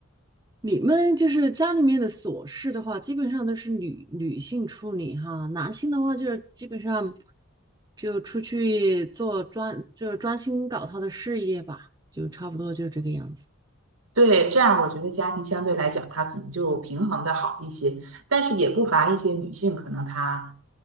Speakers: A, on the right; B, on the right.
A: 你们就是家里面的琐事的话，基本上都是女女性处理哈，男性的话就是基本上就出去做专，就是专心搞他的事业吧，就差不多就这个样子。
B: 对，这样我觉得家庭相对来讲，它可能就平衡的好一些，但是也不乏一些女性，可能她